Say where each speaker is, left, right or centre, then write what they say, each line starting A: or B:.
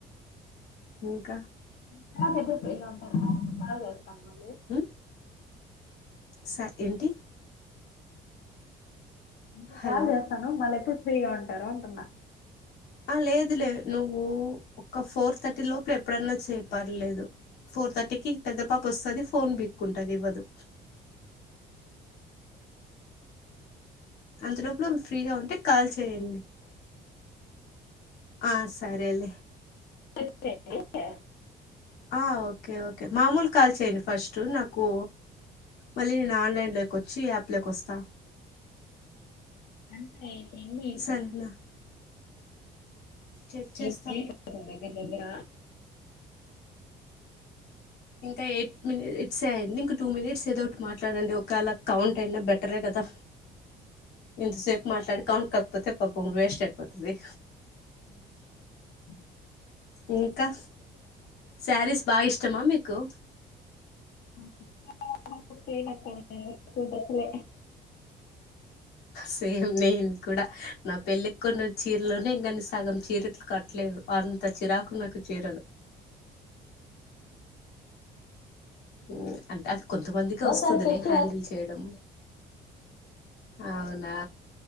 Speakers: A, on the left; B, on the left.
A: ఇంకా
B: ఇంక <unintelligible> కాల్ చేస్తున్నాం
A: ఉ స ఏంటి
B: ఇంకో
A: హలో
B: కాలు చేస్తాను మళ్ళీ ఎప్పుడు ఫ్రీగా ఉంటార అంటున్నా
A: ఆ లేదు లే నువ్వు ఒక ఫోర్ థర్టీ లోపు ఇప్పుడు ఎప్పుడన్నా చేయు పర్లేదు ఫోర్ థర్టీకి కి పెద్ద పాప వస్తాది ఫోన్ బికుంటది ఇవ్వదు అంత లోపల ఫ్రీగా ఉంటే కాల్ చేయండి ఆ సరేలే
B: ఏంది
A: ఆ ఓకే ఓకే మామూలు కాల్ చేయండి ఫస్ట్ నాకు మళ్ళీ నేను ఆన్లైన్ లోకి వచ్చి యాప్ లోకి వస్తా
B: అంతే ఏం లేక
A: సరేనా
B: పాయ్
A: చెక్ చేస్తా
B: మీరు మేలు కదా దెగ్గర దెగ్గర
A: ఇంకా ఎయిట్ ఇన్ని మినిట్స్ అయింది ఇంక టూ మినిట్స్ ఏదో ఒ మాట్లాడండి ఓ ఒకలా కౌంట్ అయినా బెటరే కదా ఇంత సేపు మాట్లాడు కౌంట్ కాకపోతే వేస్ట్ అయిపోతది
B: అ
A: ఇంకా సారీస్ బాగా ఇష్ ఇష్టమా మీకు
B: <unintelligible> చేయను అక్క నేను ఎవరికీ తక్కువే
A: సేమ్ నేను కూడా నా పెళ్ళికి కొన్న చీరలోనే ఇంగా సగం చీరకులు కట్టలేదు అంత చిరాకు నాకు చిరలు హ్మ్ అంత అ కొంతమందికి వస్తుదులే
B: ఒకసారి ఫెస్టివల్
A: హ్యాండిల్ చేయడం అవునా